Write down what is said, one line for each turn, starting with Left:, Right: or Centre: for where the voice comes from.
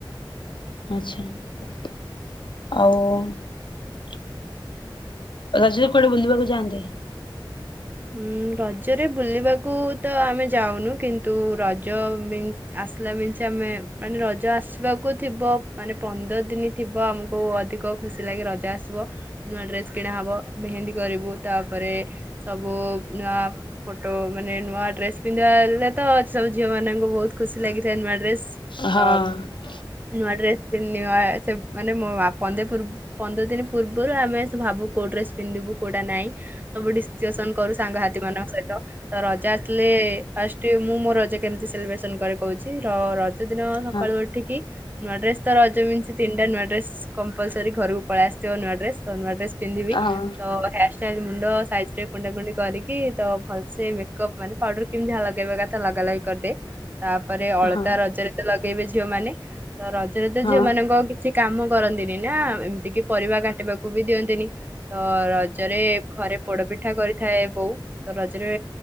Left: ଆଛା। ଆଉ ରଜରେ କୋଆଡେ ବୁଲିବାକୁ ଯାଆନ୍ତି?
Right: ହଁ ରଜରେ ବୁଲିବାକୁ ତ ଆମେ ଯାଉନୁ କିନ୍ତୁ ରଜ ଆସିଲା ମିନସ ଆମେ ମାନେ ରଜ ଆସିବାକୁ ଥିବ ମାନେ ପନ୍ଦର ଦିନ ଥିବ ଆମକୁ ଅଧିକ ଖୁସି ଲାଗେ ରଜ ଆସିବ ନୂଆ ଡ୍ରେସ କିଣା ହବ ମେହେନ୍ଦୀ କରିବୁ ତାପରେ ସବୁ ନୂଆ ଫଟୋ ମାନେ ନୂଆ ଡ୍ରେସ ପିନ୍ଧିବାଲେ ତ ଅ ସବୁ ଝିଅ ମାନଙ୍କୁ ବହୁତ ଖୁସି ଲାଗିଥାଏ ନୂଆ ଡ୍ରେସ।
Left: ଆଚ୍ଛା
Right: ତ ନୂଆ ଡ୍ରେସ୍ ସେ ମାନେ ମୋ ପନ୍ଦେ ପନ୍ଦର ଦିନ ପୂର୍ବରୁ ଆମେ ଆସି ଭାବୁ କୋଉ ଡ୍ରେସ ପିନ୍ଧିବୁ କୋଉଟା ନାହିଁ ସବୁ ଡି କରୁ ସାଙ୍ଗ ସାଥୀ ମାନଙ୍କ ସହିତ ତ ରଜା ଆସିଲେ ଫାର୍ଷ୍ଟ ମୁଁ ମୋ ରଜ କେମିତି ସେଲିବ୍ରେସନ କରେ କହୁଛି ରଜ ଜ ଦିନ ସକାଳୁ
Left: ହଁ
Right: ଉଠିକି ନୂଆ ଡ୍ରେସ ତ ରଜମିନି ତିନିଟା ନୁଆଡ୍ରେସ କମ୍ପଲସରି ଘରକୁ ପଳେଇ ଆସିଥିବ ନୂଆଡ୍ରେସ ତ ନୂଆଡେସ ପିନ୍ଧିବି
Left: ହଁ
Right: ତ ହେୟାରଷ୍ଟାଇଲ ମୁଣ୍ଡ ସାଇଜ ରେ କୁଣ୍ଡା କୁଣ୍ଡି କରିକି ତ ଭଲସେ ମେକ୍ ମାନେ ପାଡର କେମତି ଯାହା ଲଗେଇବା କଥା ଲଗା ଲାଗି କରିଦେ ତାପରେ ଅଳତା
Left: ହଁ
Right: ରଜରେ ତ ପକେଇବେ ଝିଅମାନେ ତ ରଜରେ ତ
Left: ହଁ।
Right: ଝିଅ ମାନଙ୍କ କିଛି କାମ କରନ୍ତିନି ନା ଏମିତି କି ପରିବା କାଟିବାକୁ ବି ଦିଅନ୍ତିନି ତ ରଜରେ ଘରେ ପୋଡପି ପିଠା କରିଥାଏ ବୋଉ ତ ରଜରେ